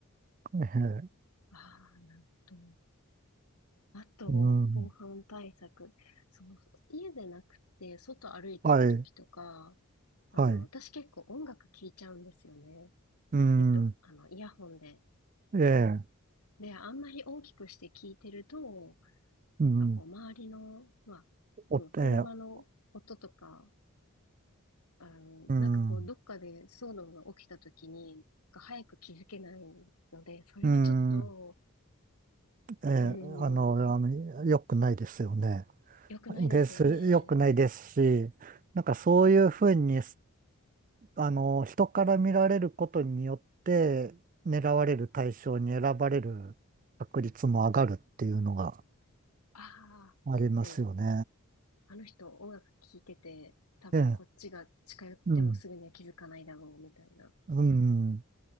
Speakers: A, on the right; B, on the left.
A: えー
B: ああ、なんと。あと、
A: うん、
B: 防犯対策。その、家でなくて、外歩いてる時とか、
A: はい、
B: あの、
A: はい、
B: 私結構音楽聴いちゃうんですよね。
A: うん、
B: えっと、あの、イヤホンで。
A: ええ
B: で、あんまり大きくして聴いてると、
A: うん、
B: なんかこう、周りの、まあ、
A: おって、
B: その車の音とか
A: ええ
B: あの、
A: うん、
B: なんかこう、どっかで騒動が起きた時に、早く気づけないので、それはちょっと、
A: うん、ええ
B: うーん、
A: あの、
B: あら、
A: あの、良くないですよね。
B: 良くないですよね。
A: です、良くないですし、なんかそういうふうにあの、人から見られることによって、狙われる対象に選ばれる確率も上がるっていうのが
B: ああ、
A: ありますよね。
B: 確かに。あの人音楽聴いてて、多分こっちが近寄ってもすぐには気づかないだろう、
A: ええ、うん、
B: みたいな。
A: うん、